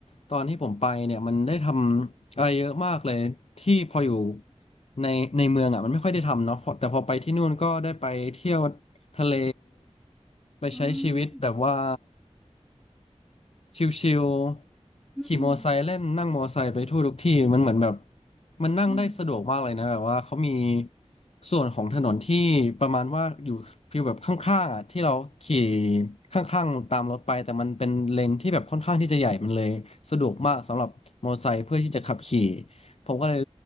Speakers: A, on the left; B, in the centre.
A: ตอนที่ผมไปเนี่ยมันได้ทำอะไรเยอะมากเลยที่พออยู่ในในเมืองอ่ะมันไม่ค่อยได้ทำเนาะพอแต่พอไปที่นู่นก็ได้ไปเที่ยวทะเลไปใช้ชีวิตแบบว่า
B: อืม
A: ชิวๆขี่มอไซค์เล่นนั่งมอไซค์ไปทั่วทุกที่มันเหมือนแบบ
B: อืม
A: มันนั่งได้สะดวกมากเลยนะแบบว่าเขามี
B: อืม
A: ส่วนของถนนที่ประมาณว่าอยู่ฟีลแบบข้างๆอ่ะที่เราขี่ข้างๆตามรถไปแต่มันเป็นเลนที่แบบค่อนข้างที่จะใหญ่มันเลยสะดวกมากสำหรับมอไซค์เพื่อที่จะขับขี่ผมก็เลย